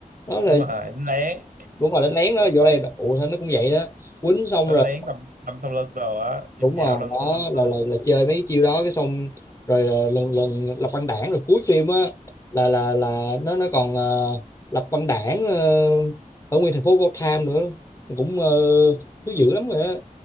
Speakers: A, on the left (about 20°); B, on the right (about 75°).
A: đó là
B: đúng rồi đánh lén
A: đúng rồi đánh lén nó vô đây ủa sao nó cũng vậy đó quýnh xong
B: đánh
A: rồi
B: lén đâm đâm sau lưng rồi á dùng
A: đúng
B: dao
A: rồi
B: đâm
A: đó
B: sau lưng
A: là
B: rồi
A: là, là chơi mấy cái chiêu đó cái xong rồi ờ, lần lần lập băng đảng rồi cuối phim á là là là nó nó còn ờ, lập băng đảng ờ, ở nguyên thành phố Gotham nữa cũng uh, thứ dữ lắm rồi á